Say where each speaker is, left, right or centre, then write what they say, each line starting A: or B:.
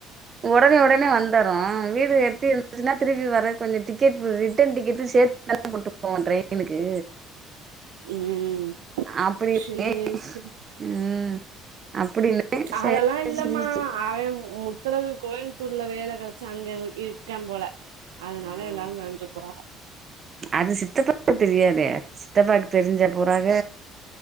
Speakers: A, on the right (about 40°); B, on the right (about 75°).
A: ஒடனே ஒடனே வந்துரு வீடு எட்டி இருந்துச்சுன்னா திருப்பி வர கொஞ்ச டிக்கெட் ரிட்டன் டிக்கெட் ரெண்டு சேத்து தான கொண்டு போவோ ட்ரெயினுக்கு
B: ம்
A: அப்டி
B: சேரி
A: <inaudible>
B: சேரி
A: ம் அப்டின்னு சேரி
B: அதெல்லா இல்லம்மா
A: சொல்லிச்சு
B: அவன் முத்தழகு கோயமுத்தூர்ல வேல கெடைச்சு அங்க இருக்கான் போல அதனால
A: ம்
B: எல்லாரு நெனச்ச போறா
A: அது சித்தப்பாக்கு தெரியாதே சித்தப்பாக்கு தெரிஞ்சா போறாக